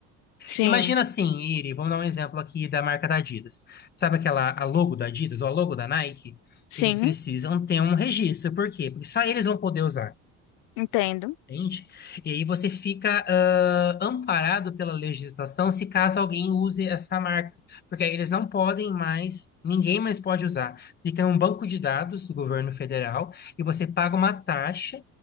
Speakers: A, on the left (about 75°); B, on the left (about 30°).
A: sim.
B: Imagina assim, Iri, vamos dar um exemplo aqui da marca da Adidas. Sabe aquela a logo da Adidas ou a logo da Nike?
A: Sim,
B: Eles precisam ter um registro. Por quê? Porque só eles vão poder usar.
A: entendo.
B: Entende? E aí você fica ah, amparado pela legislação se caso alguém use essa marca, porque aí eles não podem mais, ninguém mais pode usar. Fica em um banco de dados do governo federal e você paga uma taxa.